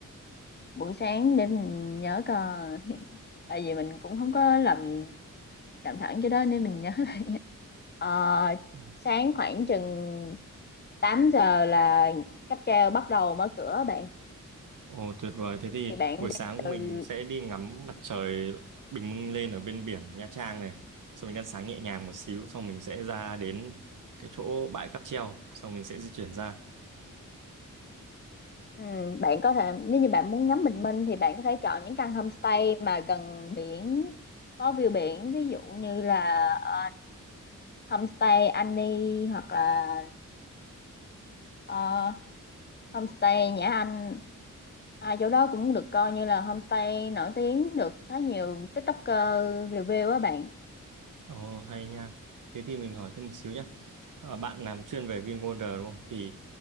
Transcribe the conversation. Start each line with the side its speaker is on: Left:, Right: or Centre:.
Left: buổi sáng để mình nhớ coi <laughs> tại vì mình cũng không có làm làm thẳng cho đó nên mình nhớ lại. Ờ,
Right: Ừ.
Left: sáng khoảng chừng 8 giờ là cáp treo bắt đầu mở cửa bạn
Right: Ồ tuyệt vời, thế thì
Left: thì bạn
Right: buổi
Left: đi
Right: sáng
Left: từ
Right: mình sẽ đi ngắm mặt trời bình minh lên ở bên biển Nha Trang này. Xong mình ăn sáng nhẹ nhàng một xíu, xong mình sẽ ra đến cái chỗ bãi cáp treo, xong mình sẽ di chuyển ra.
Left: ừ, bạn có thể nếu như bạn muốn ngắm bình minh thì bạn có thể chọn những căn homestay mà gần biển có view biển ví dụ như là ờ, homestay Annie hoặc là ờ, Homestay Nhã Anh à, chỗ đó cũng được coi như là homestay nổi tiếng được khá nhiều TikToker review á bạn
Right: Ồ hay nha. Thế thì mình hỏi thêm một xíu nhá. Ờ, bạn làm chuyên về VinWonder đúng không? Thì